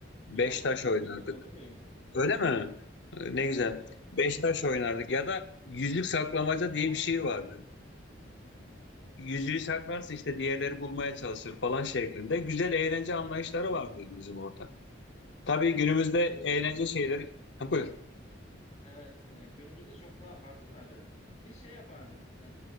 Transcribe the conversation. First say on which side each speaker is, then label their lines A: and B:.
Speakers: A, on the left; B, on the left.
A: Beş
B: Yok
A: taş
B: bilirim
A: oynardık.
B: bilmez olur muyum?
A: Öyle mi? Ee, Ne
B: Evet
A: güzel.
B: evet.
A: Beş taş oynardık. Ya da yüzlük saklamaca
B: Elektromak.
A: diye bir şey vardı. Yüzüğü saklarsın işte diğerleri bulmaya çalışır falan şeklinde. Güzel eğlence anlayışları
B: Ha.
A: vardı bizim orada.
B: Biz
A: Tabii günümüzde
B: e,
A: eğlence şeyleri... Ha, buyur.
B: evet e, günümüzde çok daha farklı tabii. Biz şey yapardık. e,